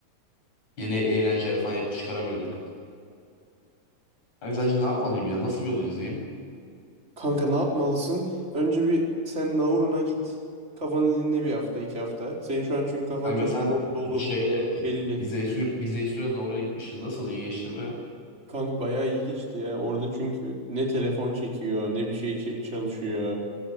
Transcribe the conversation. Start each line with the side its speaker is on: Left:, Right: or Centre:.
Left: Yeni eğlenceler falan yapıp çıkaramıyorduk. Kanka sence ne yapmalıyım ya nasıl bir yol izleyeyim?
Right: Kanka ne yapmalısın? Önce bir sen Nauru'na git. Kafanı dinle bir hafta, iki hafta. Senin şu an çünkü kafan
Left: Kanka
Right: çok
Left: sen
Right: yoğun, dolu,
Left: şeyle e,
Right: belli.
Left: izleyici, izleyici sürenle oraya gitmişsin nasıl iyi geçti mi?
Right: Kanka bayağı iyi geçti ya. Orada çünkü ne telefon çekiyor, ne bir şey çe- çalışıyor.